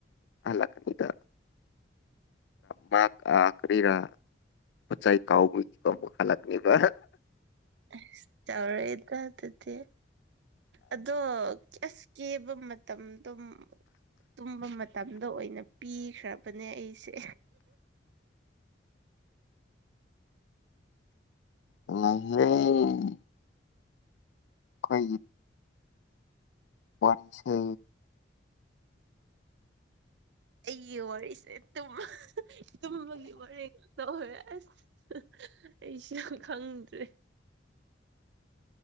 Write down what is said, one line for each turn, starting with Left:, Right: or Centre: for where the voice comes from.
Left: ꯍꯜꯂꯛꯄꯗ ꯃꯥ ꯀꯥ ꯀꯔꯤꯔꯥ ꯄꯣꯆꯥꯏ ꯀꯥꯎꯕꯒꯤꯀꯣ ꯑꯃꯨꯛ ꯍꯜꯂꯛꯅꯦꯕ
Right: ꯑ ꯆꯥꯎꯔꯦꯗ ꯑꯗꯨꯗꯤ ꯑꯗꯣꯁ ꯀꯦꯕ ꯃꯇꯝꯗ ꯇꯨꯝꯕ ꯃꯇꯝꯗ ꯑꯣꯏꯅ ꯄꯤꯈ꯭ꯔꯕꯅꯦ ꯑꯩꯁꯦ
Left: ꯪ ꯑꯩꯈꯣꯏꯒꯤ ꯋꯥꯔꯤꯁꯦ
Right: ꯑꯩꯒꯤ ꯋꯥꯔꯤꯁꯦ ꯇꯨꯝ ꯇꯨꯝꯕꯒꯤ ꯋꯥꯔꯤ ꯇꯧꯍꯣꯏ ꯑꯁ ꯑꯩꯁꯨꯁꯨ ꯈꯪꯗ꯭ꯔꯦ